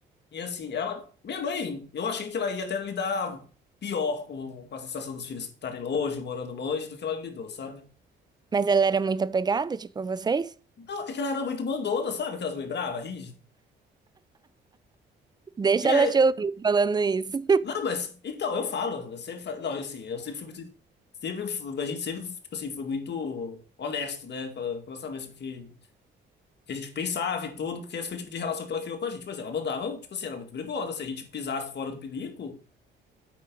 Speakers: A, on the left; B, on the right.
A: E assim, ela, minha mãe, eu achei que ela ia até lidar pior com, com a sensação dos filhos estarem longe, morando longe, do que ela lidou, sabe?
B: Mas ela era muito apegada, tipo, a vocês?
A: Não, é que ela era muito mandona, sabe? Aquelas mães bravas, rígidas.
B: Deixa
A: E
B: ela
A: aí,
B: te ouvir falando isso.
A: não, mas, então, eu falo, eu sempre falo, não, assim, eu sempre fui muito, sempre, fu- a gente sempre, tipo assim, foi muito honesto, né, com a, com a nossa mãe, sobre o que que a gente pensava e tudo, porque esse foi o tipo de relação que ela criou com a gente. Mas ela mandava, tipo assim, era muito brigona. Se a gente pisasse fora do pinico,